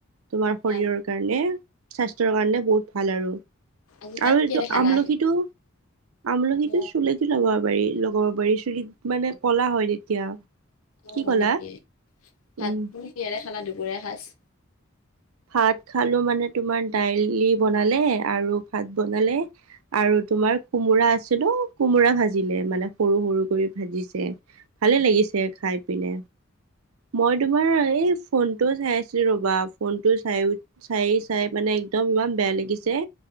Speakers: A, on the right; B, on the left.
A: তোমাৰ
B: কাণৰ
A: শৰীৰৰ কাৰণে, স্বাস্থ্যৰ কাৰণে বহুত ভাল আৰু।
B: আজি ভাত
A: আৰু এইটো
B: কিহেৰে খালা?
A: আমলখি টো, আমলখি
B: অ
A: টো চুলি ত লগাব পাৰি, লগাব পাৰি চুলিত, মানে ক'লা হয় তেতিয়া।
B: অ'হয়
A: কি ক'লা
B: নেকি? ভাত
A: উম
B: তুমি কিহেৰে খালা দুপৰীয়া সাঁজ?
A: ভাত খালোঁ মানে তোমাৰ দাইলি বনালে আৰু ভাত বনালে। আৰু তোমাৰ কোমোৰা আছিল ঔ কোমোৰা ভাজিলে মানে সৰু সৰু কৰি ভাজিছে। ভালে লাগিছে খাই পিনে। মই তোমাৰ এই ফোনটোও চাই আছিলোঁ ৰ'বা, ফোনটো চাই উঠ- চাই চাই মানে একদম ইমান বেয়া লাগিছে,